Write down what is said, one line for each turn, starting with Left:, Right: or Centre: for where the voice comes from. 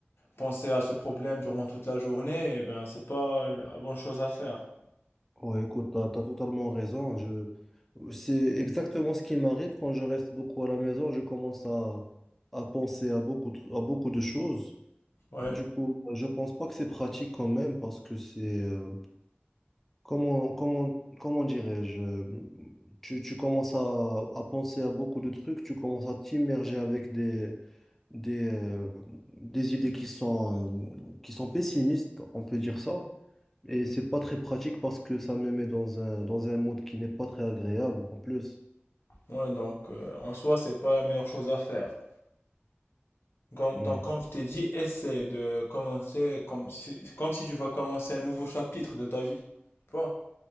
Left: penser à ce problème durant toute la journée. Et ben c'est pas la bonne chose à faire.
Centre: Ouais, écoute, t'as, t'as totalement raison. Je... C'est exactement ce qui m'arrive quand je reste beaucoup à la maison. Je commence à, à penser à beaucoup, de- à beaucoup de choses.
Left: Ouais.
Centre: Du coup, je pense pas que c'est pratique quand même parce que c'est euh, Comment, comment, comment dirais-je, euh, tu, tu commences à, à penser à beaucoup de trucs, tu commences à t'immerger avec des, des, euh, des idées qui sont, euh, qui sont pessimistes, on peut dire ça. Et c'est pas très pratique parce que ça me met dans un, dans un mode qui n'est pas très agréable en plus.
Left: Ouais, donc euh, en soi, c'est pas la meilleure chose à faire. Comme-
Centre: Mm.
Left: donc, comme je t'ai dit, essaie de commencer comme si, comme si tu vas commencer un nouveau chapitre de ta vie. Tu vois?